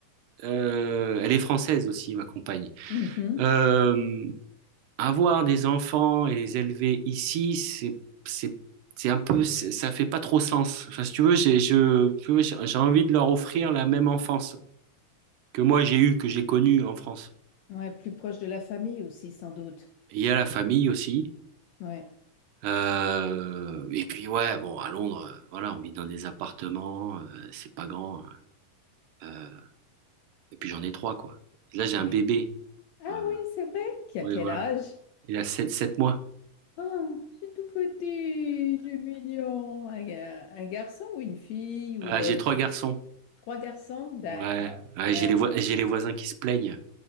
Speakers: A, on the right; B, on the left.
A: euh, elle est française aussi, ma compagne.
B: Mhm.
A: Euh, avoir des enfants et les élever ici, c'est, c'est, c'est un peu, c'est- ça fait pas trop sens. Enfin, si tu veux, j'ai, je, tu vois, j'ai j'ai envie de leur offrir la même enfance que moi j'ai eue, que j'ai connue en France.
B: Ouais, plus proche de la famille aussi, sans doute.
A: Il y a la famille aussi.
B: Ouais.
A: Euh, et puis ouais, bon, à Londres, euh, voilà, on vit dans des appartements, euh, c'est pas grand. Euh, et puis j'en ai trois, quoi. Là, j'ai un
B: Ouais.
A: bébé.
B: Ah
A: Euh,
B: oui, c'est vrai. Qui
A: ouais,
B: a quel
A: voilà.
B: âge?
A: Il a sept, sept mois.
B: Oh, c'est tout petit, c'est mignon. Un, ga- un garçon ou une fille ou
A: Ah, j'ai
B: euh,
A: trois
B: c'est
A: garçons.
B: trois garçons? D'accord,
A: Ouais, Ouais,
B: d'accord.
A: j'ai les, voi- j'ai les voisins qui se plaignent.